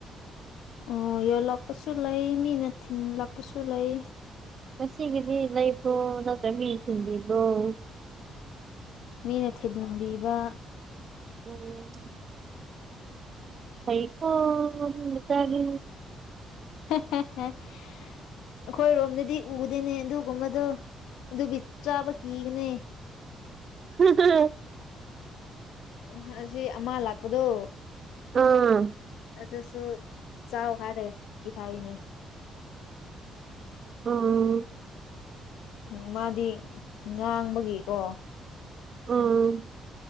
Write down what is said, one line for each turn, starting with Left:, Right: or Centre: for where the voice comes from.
Left: ꯑꯣ ꯌꯧꯜꯂꯛꯄꯁꯨ ꯂꯩ ꯃꯤꯅ ꯊꯤꯟꯂꯛꯄꯁꯨꯂꯩ
Right: ꯉꯥꯁꯤꯒꯤꯗꯤ ꯂꯩꯕꯔꯣ ꯅꯠꯇ꯭ꯔꯒ ꯃꯤꯅ ꯊꯤꯟꯕꯤꯕꯔꯣ
Left: ꯃꯤꯅ ꯊꯤꯟꯕꯤꯕ
Right: ꯑꯣꯝ <inaudible> ꯐꯩꯀꯣ ꯃꯤꯃꯆꯥꯗꯤ
Left: ꯍꯦꯍꯦꯍꯦ ꯑꯩꯈꯣꯏ ꯔꯣꯝꯗꯗꯤ ꯎꯗꯦꯅꯦ ꯑꯗꯨꯒꯨꯝꯕꯗꯣ ꯑꯗꯨꯒꯤ ꯆꯥꯕ ꯀꯤꯌꯦꯅꯦ
Right: ꯍꯦꯍꯦ <inaudible>
Left: ꯉꯁꯦ ꯑꯃ ꯂꯥꯛꯄꯗꯣ
Right: ꯎꯝ
Left: ꯑꯗꯨꯁꯨ ꯆꯥꯎ ꯍꯥꯏꯔꯒ ꯀꯤ ꯍꯥꯏꯌꯦꯅꯦ
Right: ꯎꯝ
Left: ꯎꯝ ꯃꯥꯗꯤ ꯉꯥꯡꯕꯒꯤꯀꯣ
Right: ꯎꯝ